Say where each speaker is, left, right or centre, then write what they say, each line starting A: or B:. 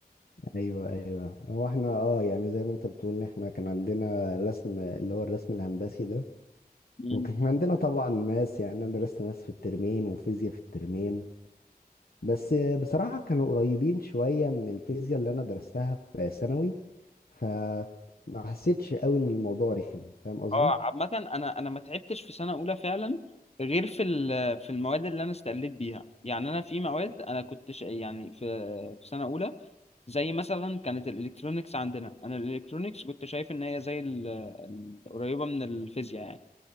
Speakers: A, on the left; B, on the left.
A: ايوه ايوه هو احنا اه يعني زي ما انت بتقول احنا كان عندنا رسم اللي هو الرسم الهندسي ده
B: مم.
A: وكان عندنا طبعا ماس يعني انا درست ماس في الترمين وفيزياء في الترمين بس بصراحة كانوا قريبين شوية من الفيزياء اللي أنا درستها في ثانوي فما حسيتش قوي إن الموضوع رخم فاهم قصدي؟
B: اه عامة أنا أنا ما تعبتش في سنة أولى فعلا غير في ال- في المواد اللي أنا استقليت بيها يعني أنا في مواد أنا كنت شا- يعني في في سنة أولى زي مثلا كانت الالكترونيكس عندنا انا الالكترونيكس كنت شايف ان هي زي ال- ال- قريبه من الفيزياء يعني